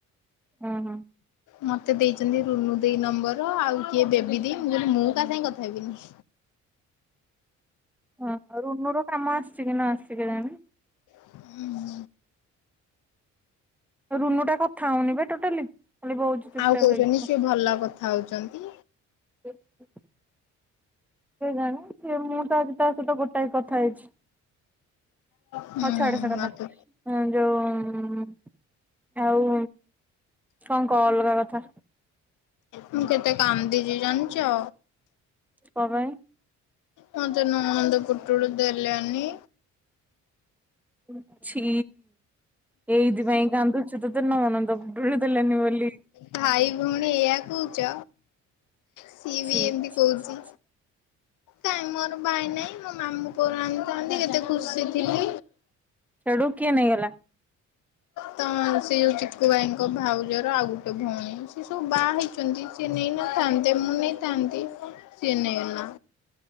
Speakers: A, in the centre; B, on the left (about 80°).
A: ଓ ହଁ।
B: ମତେ ଦେଇଚନ୍ତି ରୁନୁ ଦେଇ ନମ୍ବର ଆଉ କିଏ ବେବି ଦେଇ ମୁଁ କଇଲି ମୁଁ କା ସାଙ୍ଗେ କଥା ହେବିନି।
A: ହଁ ରୁନୁ ର କାମ ଆସିଛି କି ନ ଆସିଛି କେଜାଣି।
B: ଉଁ।
A: ରୁନୁ ଟା କଥା ହଉନି ବେ ଟୋଟାଲି। ଖାଲି ବଉଚି ଚୁପଚାପ
B: ଆଉ କଉଚନ୍ତି
A: ହେଇକି
B: ସିଏ ଭଲ କଥା ହଉଛନ୍ତି।
A: <inaudible> କେଜାଣି ସିଏ ମୁଁ ତ ସହିତ ତା ସହିତ ଗୋଟାଏ କଥା ହେଇଛି।
B: ହୁଁ
A: ହଁ ଛାଡ ସେ କଥା।
B: ମତେ
A: ହୁଁ ଯୋଉ ଆଉ କଁ କ ଅଲଗା କଥା।
B: ମୁଁ କେତେ କାନ୍ଦିଚି ଜାଣିଚ।
A: କଁ ପାଇଁ।
B: ମତେ ନଣନ୍ଦ ପୁଟଳି ଦେଲେନି।
A: ଉଁ ଛି ଏଇତି ପାଇଁ କାନ୍ଦୁଚୁ ତତେ ନଣନ୍ଦ ପୁଟୁଳି ଦେଲେନି ବୋଲି।
B: ଭାଇ ଭଉଣୀ ଏୟା କୁଚ। ସିଏ
A: ଛି
B: ବି ଏମ୍ତି
A: ଛି
B: କୋଉଚି।
A: ଛି ଛି
B: ନାଇଁ ମୋର ଭାଇ ନାଇଁ ମୋ ମାମୁଁ ପୁଅରୁ ଆଣିଥାନ୍ତି କେତେ ଖୁସି ଥିଲି।
A: ସେଡ଼ୁ କିଏ ନେଇଗଲା।
B: ତମ ସେଇ ଯୋଉ ଚିକୁୁ ଭାଇଙ୍କ ଭାଉଜର ଆଉ ସେ ଭଉଣୀ ସେ ସବୁ ବାହା ହେଇଛନ୍ତି ସେ ନେଇ ନଥାନ୍ତେ ମୁଁ ନେଇଥାନ୍ତି! ସିଏ ନେଲା।